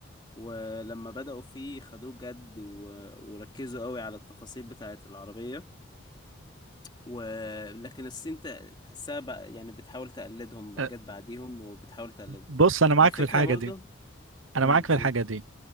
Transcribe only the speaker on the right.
أه،
بص انا معاك
في الحاجه
دي انا
معاك في
الحاجه دي